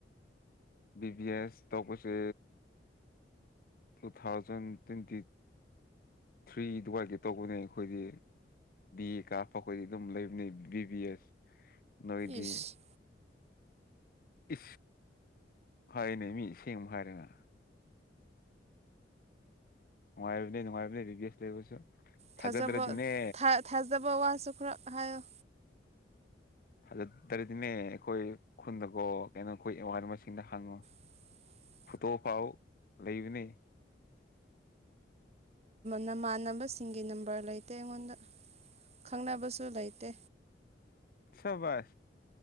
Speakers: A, on the left (about 55°); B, on the right (about 35°).
A: ꯕꯤ ꯕꯤ ꯑꯦꯁ ꯇꯧꯕꯁꯦ ꯇꯨ ꯊꯥꯎꯖꯟ ꯇ꯭ꯋꯦꯟꯇꯤ ꯊ꯭ꯔꯤ ꯑꯗꯨꯋꯥꯏꯒꯤ ꯇꯧꯕꯅꯦ ꯑꯩꯈꯣꯏꯗꯤ ꯕꯤ ꯑꯦ ꯀꯥꯞꯄ ꯑꯩꯈꯣꯏꯗꯤ ꯑꯗꯨꯝ ꯂꯩꯕꯅꯤ ꯕꯤ ꯕꯤ ꯑꯦꯁ ꯅꯣꯏꯗꯤ
B: ꯏꯁ
A: ꯏ ꯐꯥꯏꯅ ꯃꯤ ꯁꯦꯡ ꯐꯩꯔꯉꯥ ꯅꯨꯡꯉꯥꯏꯅꯦ ꯅꯅꯨꯡꯉꯥꯏꯅꯦ ꯕꯤꯁ ꯂꯁ ꯊꯖꯔꯗꯔꯗꯤꯅꯦ
B: ꯊꯥꯖꯕ ꯊꯥꯖꯕ ꯋꯥꯁꯨ ꯈꯔ ꯍꯥꯏꯌꯣ
A: ꯐꯖꯗ꯭ꯔꯗꯤꯅꯦ ꯑꯩꯈꯣꯏ ꯈꯨꯟꯗꯀꯣ ꯀꯩꯅꯣ ꯑꯩꯈꯣꯏ ꯑꯋꯥꯅꯕꯁꯤꯡꯗ ꯍꯪꯉꯣ
B: <unintelligible>
A: ꯐꯣꯇꯣ ꯐꯥꯎ ꯂꯩꯕꯅꯤ
B: ꯅꯃꯥꯟꯅꯕꯁꯤꯡꯒꯤ ꯅꯝꯕꯔ ꯂꯩꯇꯦ ꯑꯩꯉꯣꯟꯗ ꯈꯪꯅꯕꯁꯨ ꯂꯩꯇꯦ
A: ꯁ ꯁ